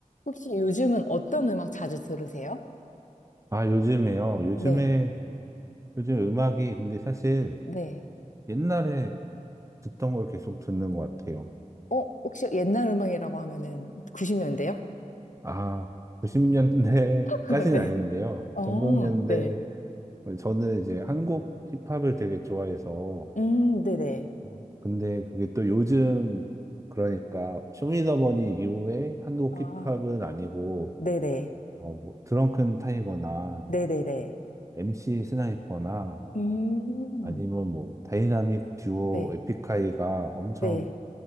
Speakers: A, on the left; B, on the right.
A: 혹시 요즘은 어떤 음악 자주 들으세요?
B: 아, 요즘에요. 요즘에,
A: 네,
B: 요즘 음악이, 근데 사실
A: 네.
B: 옛날에 듣던 걸 계속 듣는 것 같아요.
A: 어, 혹시 옛날 음악이라고 하면은 90년대요?
B: 아, 90년대까지는
A: <laughs> 네.
B: 아닌데요.
A: 어,
B: 00년대,
A: 네.
B: 저는 이제 한국 힙합을 되게 좋아해서,
A: 음, 네네.
B: 어, 근데 그게 또 요즘, 그러니까, 쇼미더머니 이후에 한국
A: 아,
B: 힙합은 아니고,
A: 네네.
B: 어, 뭐, 드렁큰 타이거나,
A: 네네네.
B: MC 스나이퍼나,
A: 음,
B: 아니면 뭐, 다이나믹 듀오
A: 네,
B: 에픽하이가 엄청
A: 네.